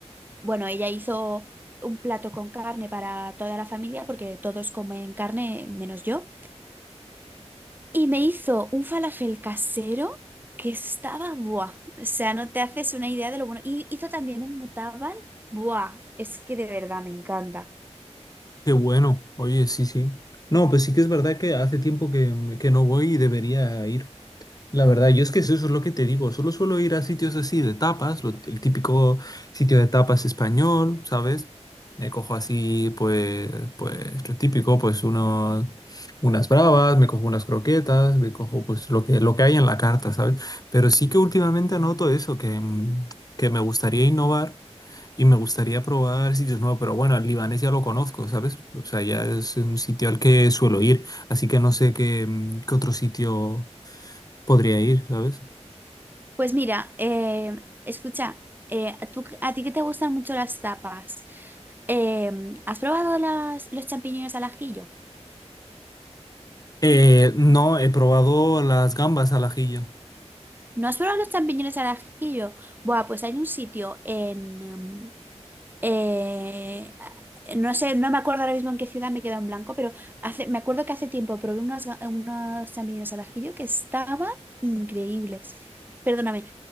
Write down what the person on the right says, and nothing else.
bueno, ella hizo un plato con carne para toda la familia porque todos comen carne menos yo. Y me hizo un falafel casero que estaba, buah, o sea, no te haces una idea de lo bueno. Y hizo también un mutabal, buah, es que de verdad me encanta.
Pues mira, eh, escucha, eh, ¿tú- a ti que te gustan mucho las tapas, eh, ¿has probado las, los champiñones al ajillo?
¿No has probado los champiñones al ajillo? Buah, pues hay un sitio en... mm, eh, no sé, no me acuerdo ahora mismo en qué ciudad me he quedado en blanco, pero hace, me acuerdo que hace tiempo probé unos, unos champiñones al ajillo que estaban increíbles. Perdóname.